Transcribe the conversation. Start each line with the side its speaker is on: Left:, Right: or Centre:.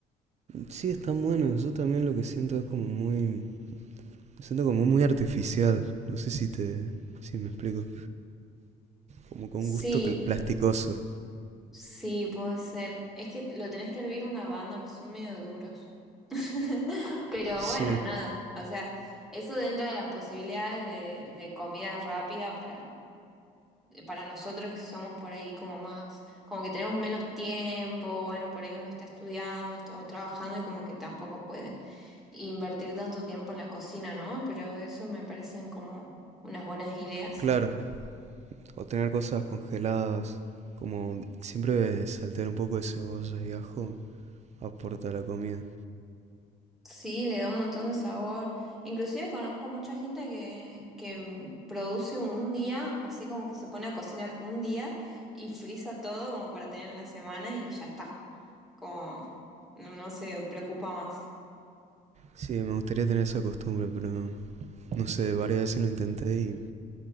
Right: Sí, están buenos. Yo también lo que siento es como muy. Siento como muy artificial. No sé si te. Si me explico. Como con
Centre: Sí.
Right: gusto cl- plasticoso.
Centre: Sí, puede ser. Es que lo tenés que hervir una banda, pues son medio duros. <laughs> Pero
Right: Sí,
Centre: bueno, nada. O sea, eso dentro de las posibilidades de, de comida rápida para, para nosotros que somos por ahí como más, como que tenemos menos tiempo, bueno, por ahí uno está estudiando o, o trabajando y como que tampoco puede invertir tanto tiempo en la cocina, ¿no? Pero eso me parecen como unas buenas ideas.
Right: claro. O tener cosas congeladas. Como siempre saltear un poco de cebolla y ajo aporta a la comida.
Centre: Sí, le da un montón de sabor. Inclusive conozco mucha gente que, que mm, produce un día, así como que se pone a cocinar un día y frisa todo como para tener en la semana y ya está. Como no, no se preocupa más.
Right: Sí, me gustaría tener esa costumbre, pero no, no sé, varias veces lo intenté y